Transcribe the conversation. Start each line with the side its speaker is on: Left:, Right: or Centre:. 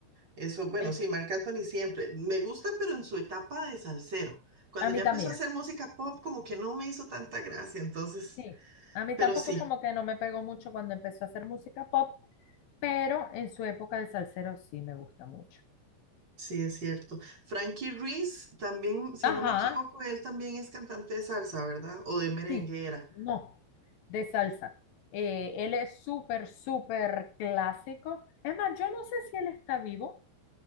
Right: Eso, bueno,
Left: Eh,
Right: sí, Marc Anthony siempre. Me gusta, pero en su etapa de salsero. Cuando
Left: a mí
Right: ya
Left: también,
Right: empezó a hacer música pop, como que no me hizo tanta gracia, entonces,
Left: sí. A mí
Right: pero
Left: tampoco
Right: sí,
Left: como que no me pegó mucho cuando empezó a hacer música pop, pero en su época de salsero sí me gusta mucho.
Right: sí es cierto. Frankie Ruiz también, si
Left: Ajá,
Right: no me equivoco, él también es cantante de salsa, ¿verdad? O de merenguera.
Left: sí, no, de salsa. Eh, él es súper, súper clásico. Es más, yo no sé si él está vivo.